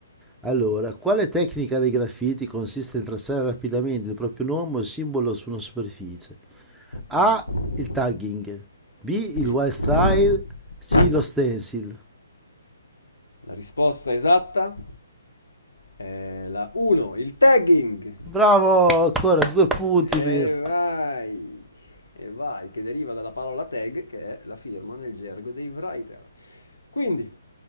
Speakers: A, in the centre; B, on the left.
A: Allora, quale tecnica dei graffiti consiste nel tracciare rapidamente il proprio nome o il simbolo su una superficie? A.
B: Mm.
A: Il tagging. B. Il
B: Mhm.
A: wild style.
B: Mhm.
A: C. Lo stencil.
B: La risposta esatta è la 1, il tagging.
A: Bravo, ancora due punti
B: E
A: per
B: vai, e vai, che deriva dalla parola tag, che è la firma nel gergo dei writer. Quindi,